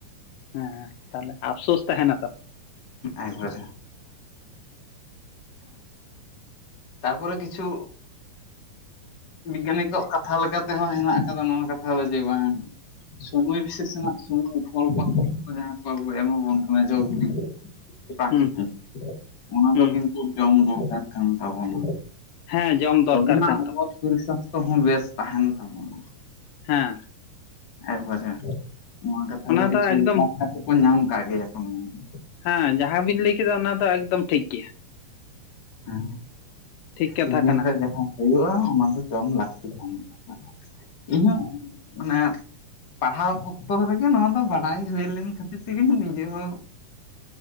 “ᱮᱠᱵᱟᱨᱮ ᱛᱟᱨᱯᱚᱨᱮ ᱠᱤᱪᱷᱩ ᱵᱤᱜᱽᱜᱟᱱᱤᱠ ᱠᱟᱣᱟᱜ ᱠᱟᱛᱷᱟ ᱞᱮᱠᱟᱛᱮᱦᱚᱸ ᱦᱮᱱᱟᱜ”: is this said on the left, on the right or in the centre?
Left